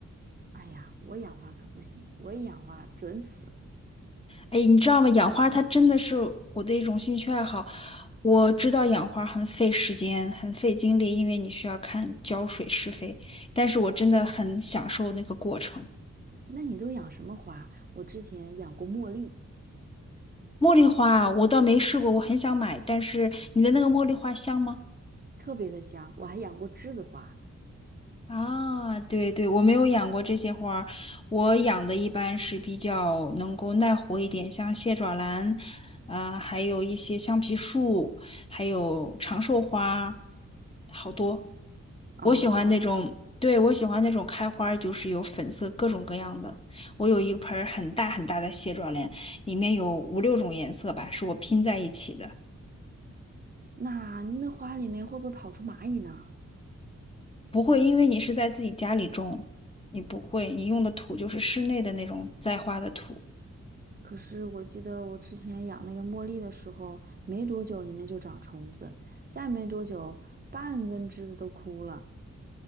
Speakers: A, on the right; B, on the left.
A: 哎呀，我养花可不行，我一养花准死。
B: 哎，你知道吗？养花它真的是我的一种兴趣爱好。我知道养花很费时间，很费精力，因为你需要看浇水、施肥，但是我真的很享受那个过程。
A: 那你都养什么花？我之前养过茉莉，
B: 茉莉花，我倒没试过，我很想买，但是你的那个茉莉花香吗？
A: 特别的香，我还养过栀子花。
B: 啊，对对，我没有养过这些花儿我养的一般是比较能够耐活一点，像蟹爪兰，呃，还有一些橡皮树，还有长寿花，好多。
A: 哦，
B: 我喜欢那种，对，我喜欢那种开花儿就是有粉色各种各样的。我有一盆儿很大很大的蟹爪兰，里面有五六种颜色吧，是我拼在一起的。
A: 那那花里面会不会跑出蚂蚁呢？
B: 不会，因为你是在自己家里种，你不会，你用的土就是室内的那种栽花的土。
A: 可是我记得我之前养那个茉莉的时候，没多久里面就长虫子，再没多久半根栀子都枯了。